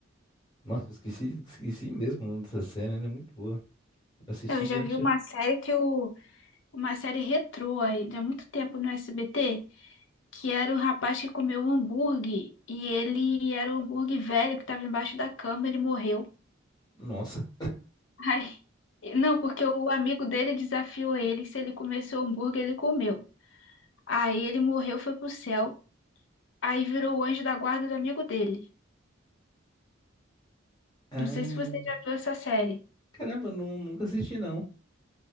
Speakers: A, on the left; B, on the left.
A: nossa, esqueci, esqueci mesmo o nome dessa série, né? Muito boa. Eu assisti
B: Eu já
A: durante
B: vi uma
A: a...
B: série que o uma série retrô aí, há muito tempo no SBT. que era o rapaz que comeu o hambúrguer e ele era o hambúrguer velho que estava embaixo da cama, ele morreu.
A: Nossa.
B: <laughs> Ai, não, porque o amigo dele desafiou ele que se ele comesse o hambúrguer, ele comeu. Aí ele morreu, foi pro céu, aí virou o anjo da guarda do amigo dele.
A: Ah,
B: Não sei se você já viu essa série.
A: caramba, não, nunca assisti não.